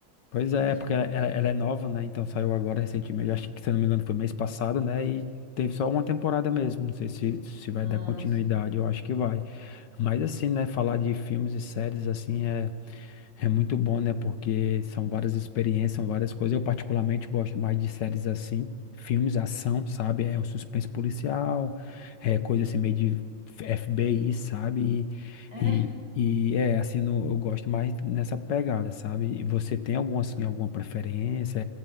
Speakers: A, on the left; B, on the right.
A: Pois é,
B: Não tinha.
A: porque ela, ela- ela é nova, né? Então saiu agora recentemente, acho que se eu não me engano foi mês passado, né? E teve só uma temporada mesmo. Não sei se, se vai
B: Ah,
A: dar continuidade,
B: sim.
A: eu acho que vai. Mas assim, né? Falar de filmes e séries assim é é muito bom, né? Porque são várias experiências, são várias coisas. Eu particularmente gosto mais de séries assim, filmes, ação, sabe? É um suspense policial, é coisa assim meio de FBI, sabe?
B: É,
A: E, e, e é assim, no- eu gosto mais nessa pegada, sabe? E você tem alguma assim, alguma preferência?